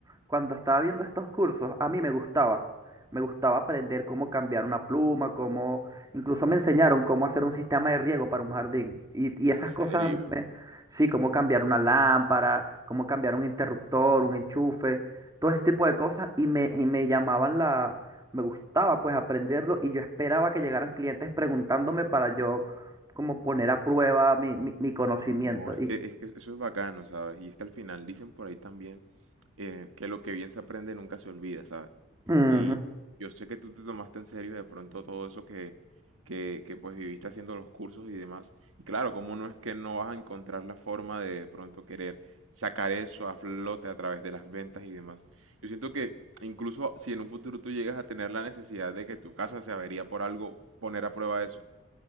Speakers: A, on the right; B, on the right.
A: cuando estaba viendo estos cursos, a mí me gustaba. Me gustaba aprender cómo cambiar una pluma, cómo, incluso me enseñaron cómo hacer un sistema de riego para un jardín. Y, y
B: En
A: esas
B: serio.
A: cosas, me- sí, cómo cambiar una lámpara cómo cambiar un interruptor, un enchufe, todo ese tipo de cosas y me, y me llamaban la, me gustaba pues aprenderlo y yo esperaba que llegaran clientes preguntándome para yo como poner a prueba mi, mi, mi conocimiento.
B: No, es
A: Y
B: que, es que eso es bacano, ¿sabes? Y es que al final dicen por ahí también eh, que lo que bien se aprende nunca se olvida, ¿sabes?
A: ujú,
B: Y yo sé que tú te tomaste en serio de pronto todo eso que, que, que pues viviste haciendo los cursos y demás. Y claro, como no es que no vas a encontrar la forma de, de pronto querer sacar eso a flote a través de las ventas y demás? Yo siento que incluso si en un futuro tú llegas a tener la necesidad de que tu casa se avería por algo, poner a prueba eso.